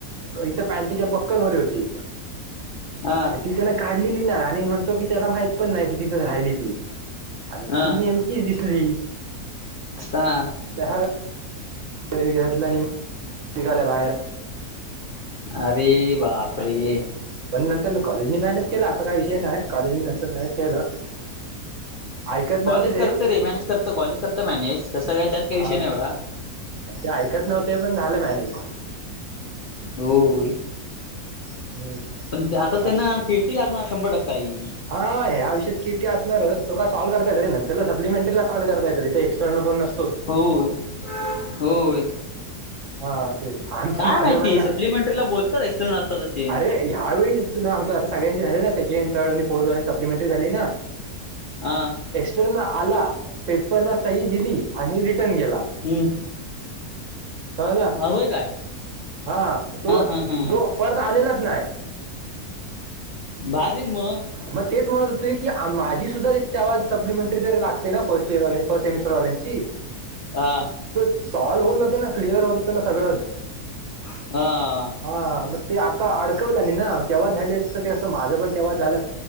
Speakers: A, on the right; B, on the left.
A: हो इथं पॅन्टीच्या बक्कलमध्ये होती.
B: अ
A: आणि ती कनय काढलेली नाय आणि म्हणतो की त्याला माहित पण नाय ती तिथंचं राहिली ती आणि
B: अ
A: ती नेमकी दिसली.
B: हा
A: त्याहं घेतल्या आणि निघाल्या बाहेर
B: अरे बापरे
A: अशी <unintelligible> पण नंतर नं कॉलेजनी मॅनेज केलं अस काय विषय नाय कॉलेज नी नंतर मॅनेज केलं. ऐकत नव्हते
B: कॉलेज
A: ते
B: करत रे मॅनेज करत कॉलेज करत मॅनेज कस काय त्यात काय
A: हा
B: विषय नाय एवढा
A: ते ऐकत नव्हते पण झालं मॅनेज
B: हूं होई
A: हम्म
B: पण ते आता
A: बाकी
B: त्यांना किट ती लागणार शंभर टक्क ताई
A: हा ह्या विषयात के टी असणारच तो काय सॉल्व करता येते नंतर सप्लिमेंटरीला सॉल्व करता येत ते एक्टर्नल कोण नस
B: होय होय
A: हा तेच आमच्या
B: काय
A: माझ
B: माहिती
A: पण ना
B: सप्लिमेंटरीला बोलतात एक्सटर्नल असतात असे
A: अरे ह्यावेेळीचं ती लावतो आता सगळ्यांची झाली ना सेकंड थर्ड आणि फोर्थ वाल्यांची सप्लिमेंटरी झाली ना
B: हा
A: एक्स तो नं आला आला पेपरला सही दिली आणि रिटर्न गेला.
B: हम्म
A: हो ना
B: होय काय
A: हा तो
B: हा हा हा
A: जो परत आलेलाच नाय.
B: भारीच म
A: मग तेच म्हणत होतो की आ माझी सुद्धा ती तवा सप्लिमेंटरी जरी लागते ना फस्ट इयर्स वाले फस्ट सेमस्टर वाल्यांची
B: हा
A: ते सॉल्व होऊन जात ना क्लिअर होत त्याला सगळंच
B: हा
A: हा म ते आता अडकवल्यानी ना तेव्हाचं झाली असत ते कसं माझं पण तेव्हा झालं